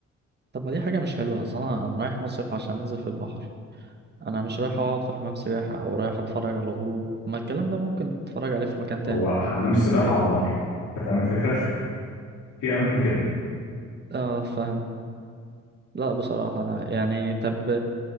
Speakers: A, on the right; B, on the left.
A: طب ما دي حاجه مش حلوه اصلا انا أنا رايح مصيف عشان انزل في البحر انا مش رايح اقعد في حمام سباحه او رايح اتفرج على غروب ما الكلام ده ممكن اتفرج عليه في مكان تاني
B: هو حمام سباحه على البحر انت فاهم الفكره <laughs> في اماكن كده
A: اه ف لا بصراحه انا يعني طب